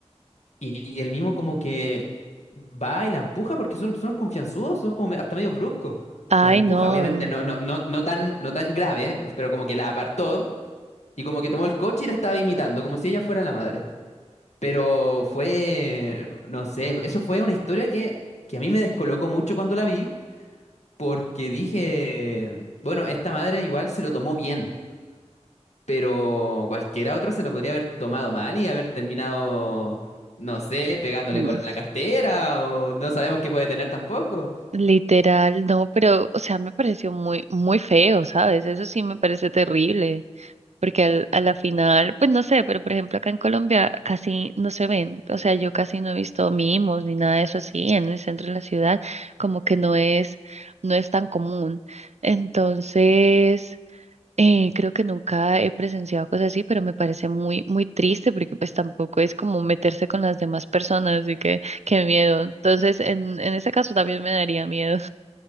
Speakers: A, on the left (about 75°); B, on the right (about 70°).
A: y, y el mismo como que va y la empuja porque son, son confianzudos, son como me- hasta medio bruscos.
B: Ay,
A: La empuja,
B: no.
A: obviamente no, no, no, no tan, no tan grave, ¿eh? pero como que la apartó y como que tomó el coche y la estaba imitando, como si ella fuera la madre. Pero fue, no sé, eso fue una historia que, que a mí me descolocó mucho cuando la vi porque dije, bueno, esta madre igual se lo tomó bien. Pero cualquiera otra se lo podría haber tomado mal y haber terminado, no sé, pegándole
B: Mm.
A: con la cartera o no sabemos qué puede tener tampoco.
B: Literal, no, pero, o sea, me pareció muy, muy feo, ¿sabes? Eso sí me parece terrible, porque al, a la final, pues no sé, pero por ejemplo acá en Colombia casi no se ven, o sea, yo casi no he visto mimos ni nada de eso así en el centro de la ciudad, como que no es, no es tan común. Entonces, eh, creo que nunca he presenciado cosas así, pero me parece muy, muy triste porque pues tampoco es como meterse con las demás personas, así que qué miedo. Entonces, en, en ese caso también me daría miedo.